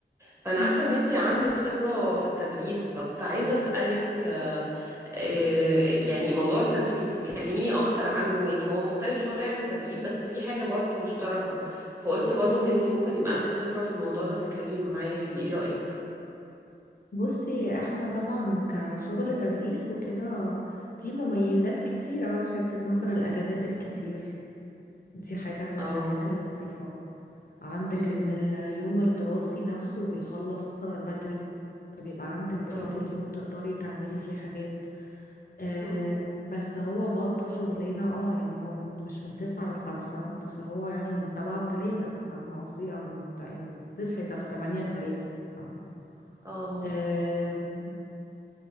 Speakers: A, on the right; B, on the left.
A: فأنا
B: مم.
A: عارفة إن أنتي عندك خبرة في التدريس فكنت عايزة أسألك آه، آه، يعني موضوع التدريس كلميني أكتر عنه يعني هو مختلف شوية عن التدريب بس في حاجة برضو مشتركة فقلت برضو إن أنتي ممكن يبقى عندك خبرة في الموضوع ده تتكلمي معايا فيه إيه رأيك؟
B: بصي احنا طبعا كشغل تدريس وكده في مميزات كتيرة حتة مثلا الأجازات الكتير دي حاجة من الحاجات
A: اه
B: اللطيفة عندك
A: امم
B: ان اليوم الدراسي نفسه بيخلص بدري فبيبقى عندك بقية
A: اه
B: اليوم تقدري تعملي فيه حاجات آه
A: امم
B: بس هو برضو شغلانة اه يعني هو من مش من تسعة لخمسة بس هو يعني من سبعة لتلاتة فاهمة قصدي أو من يعني تصحي سب- تمانية لتلاتة فاهمة
A: اه
B: أم،